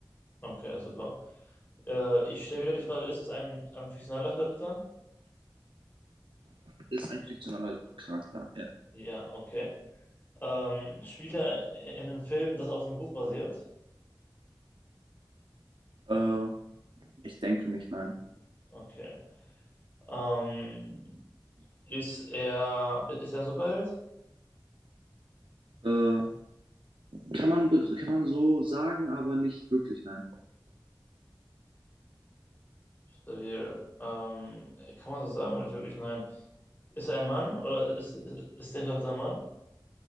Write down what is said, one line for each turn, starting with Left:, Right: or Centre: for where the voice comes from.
Left: Okay, super. Äh, ich stelle wieder die Frage, ist es ein ähm, fiktionaler Charakter?
Right: Ist ein fiktionaler Charakter,
Left: Ja, okay. Ähm, spielt er in einem Film, das auf einem Buch basiert?
Right: ja. Äh, ich denke nicht, nein.
Left: Okay. Ähm, ist er, ist er ein Superheld?
Right: Äh, kann man, be- kann man so sagen, aber nicht wirklich, nein.
Left: Stabil. Ähm, kann man so sagen, aber nicht wirklich, nein. Ist er ein Mann oder ist, ist der Charakter ein Mann?